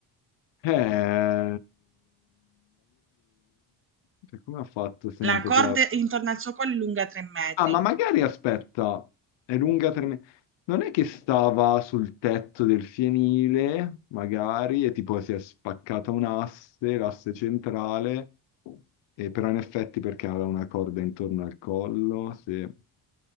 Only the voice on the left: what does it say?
Eh, cioè, come ha fatto se
non poteva?
Ah, ma magari aspetta, è lunga tre me- Non è che stava sul tetto del fienile, magari, e tipo si è spaccata un'asse, l'asse centrale, e però in effetti perché aveva una corda intorno al collo, sì.